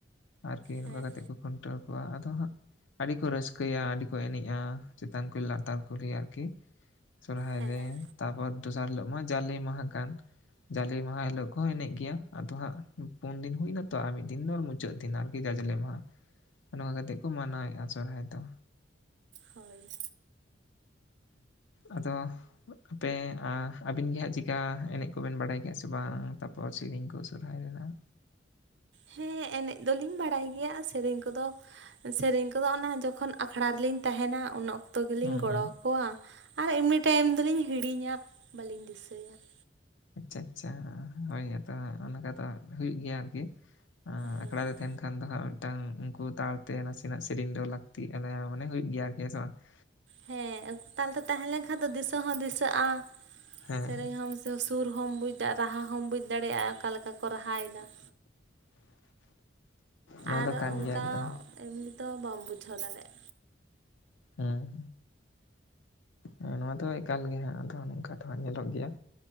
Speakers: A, on the left; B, on the right.
A: ᱟᱨᱠᱤ ᱱᱚᱝᱠᱟ
B: ᱦᱮᱸ
A: ᱠᱟᱛᱮ ᱠᱚ ᱠᱷᱩᱱᱴᱟᱹᱣ ᱠᱚᱣᱟ ᱟᱫᱚ ᱦᱟᱸᱜ ᱟᱹᱰᱤ ᱠᱚ ᱨᱟᱹᱥᱠᱟᱹᱭᱟ ᱟᱹᱰᱤ ᱠᱚ ᱮᱱᱮᱡᱼᱟ ᱪᱮᱛᱟᱱ ᱠᱚ ᱞᱟ ᱛᱟᱨ ᱠᱚᱞᱦᱤ ᱟᱨᱠᱤ ᱥᱚᱨᱦᱟᱭ
B: ᱦᱮᱸ
A: ᱨᱮ ᱛᱟᱨᱯᱚᱨ ᱫᱚᱥᱟᱨ ᱦᱤᱞᱳᱜ ᱢᱟ ᱡᱟᱞᱮ ᱢᱟᱦᱟ ᱠᱟᱱ ᱡᱟᱞᱮ ᱢᱟᱦᱟ ᱦᱤᱞᱳᱜ ᱠᱚ ᱦᱚᱸ ᱮᱱᱮᱡ ᱜᱮᱭᱟ ᱟᱫᱚ ᱦᱟᱸᱜ ᱯᱩᱱ ᱫᱤᱱ ᱦᱩᱭ ᱱᱟ ᱛᱚ ᱟᱨ ᱢᱤᱫ ᱫᱤᱱ ᱫᱚ ᱢᱩᱪᱟᱹ ᱢᱩᱪᱟᱹᱫ ᱫᱤᱱ ᱟᱨᱠᱤ ᱡᱟᱡᱽᱞᱤ ᱢᱟᱦᱟᱸ, ᱱᱚᱝᱠᱟ ᱠᱟᱛᱮᱜ ᱠᱚ ᱢᱟᱱᱟᱣᱮᱫᱼᱟ ᱥᱚᱨᱦᱟᱭ ᱫᱚ।
B: ᱦᱳᱭ
A: ᱟᱫᱚ ᱟᱯᱮ ᱟᱹᱵᱤᱱ ᱜᱮ ᱦᱟᱸᱜ ᱪᱮᱠᱟ ᱮᱱᱮᱡ ᱠᱚᱵᱮᱱ ᱵᱟᱲᱟᱭ ᱜᱮᱭᱟ ᱥᱮ ᱵᱟᱝ ᱛᱟᱯ ᱠᱚ ᱥᱤᱨᱤᱧ ᱠᱚ ᱥᱚᱨᱦᱟᱭ ᱨᱮᱱᱟᱜ?
B: ᱦᱮᱸ ᱮᱱᱮᱡ ᱫᱚᱞᱤᱧ ᱵᱟᱲᱟᱭ ᱜᱮᱭᱟ ᱟᱨ ᱥᱮᱨᱮᱧ ᱠᱚᱫᱚ ᱥᱮᱨᱮᱧ ᱠᱚᱫᱚ ᱚᱱᱟ ᱡᱚᱠᱷᱚᱱ ᱟᱠᱷᱲᱟ ᱨᱮᱞᱤᱧ ᱛᱟᱦᱮᱱᱟ ᱩᱱ ᱚᱠ ᱛᱚ ᱜᱤᱞᱤᱧ
A: ᱦᱩᱸ
B: ᱜᱚᱲᱚ
A: ᱦᱩᱸ
B: ᱟᱠᱚᱣᱟ ᱟᱨ ᱮᱢᱱᱤ ᱴᱟᱭᱤᱢ ᱫᱚᱞᱤᱧ ᱦᱤᱲᱤᱧᱟ ᱵᱟᱹᱞᱤᱧ ᱫᱤᱥᱟᱹᱭᱟ ᱾
A: ᱟᱪᱪᱷᱟ ᱟᱪᱪᱷᱟ ᱦᱳᱭ ᱜᱮᱛᱚ ᱦᱟᱸᱜ ᱚᱱᱠᱟ ᱫᱚ ᱦᱟᱸᱜ ᱦᱩᱭᱩᱜ ᱜᱮᱭᱟ ᱟᱨᱠᱤ ᱾ ᱟᱸ
B: ᱦᱮᱸ
A: ᱟᱠᱷᱲᱟ ᱨᱮ ᱛᱟᱦᱮᱱ ᱠᱷᱟᱱ ᱫᱚ ᱦᱟᱸᱜ ᱢᱮᱫᱴᱟᱝ ᱩᱱᱠᱩ ᱛᱟᱲᱛᱮ ᱱᱟᱥᱮᱱᱟᱜ ᱥᱮᱨᱮᱧ ᱫᱚ ᱞᱟᱠ ᱛᱤ ᱠᱟᱱᱟ ᱢᱟᱱᱮ ᱦᱩᱭᱩᱜ ᱜᱮᱭᱟ ᱟᱨᱠᱤ ᱦᱮᱸ ᱥᱮ ᱵᱟᱝ ᱾
B: ᱦᱮᱸ ᱩᱱᱠᱩ ᱛᱟᱞᱛᱮ ᱛᱟᱦᱮᱸ ᱞᱮᱱ ᱠᱷᱟᱱ ᱫᱚ ᱫᱤᱥᱟᱹ ᱦᱚᱸ ᱫᱤᱥᱟᱹᱜᱼᱟ
A: ᱦᱮᱸ
B: ᱥᱮᱨᱮᱧ ᱦᱚᱢ ᱥᱩᱨ ᱦᱚᱢ ᱵᱩᱡᱽ ᱫᱟᱜᱼᱟ ᱨᱟᱦᱟ ᱦᱚᱢ ᱵᱩᱡᱽ ᱫᱟᱲᱮᱜᱼᱟ ᱚᱠᱟ ᱞᱮᱠᱟ ᱠᱚ ᱨᱟᱦᱟᱭᱮᱫᱟ ᱾
A: ᱱᱚᱣᱟ
B: ᱟᱨ
A: ᱫᱚ ᱠᱟᱱ
B: ᱚᱱᱠᱟ
A: ᱜᱮᱭᱟ ᱮᱠᱫᱚᱢ ᱾
B: ᱮᱢᱱᱤ ᱛᱚ ᱵᱟᱢ ᱵᱩᱡᱷᱟᱹᱣ ᱫᱟᱲᱮᱜ
A: ᱦᱩᱸ ᱮᱸ ᱱᱚᱣᱟ ᱫᱚ ᱮᱠᱟᱞ ᱜᱮ ᱦᱟᱸᱜ ᱟᱫᱚ ᱱᱚᱝᱠᱟ ᱫᱚ ᱦᱟᱸᱜ ᱧᱮᱞᱚᱜ ᱜᱮᱭᱟ,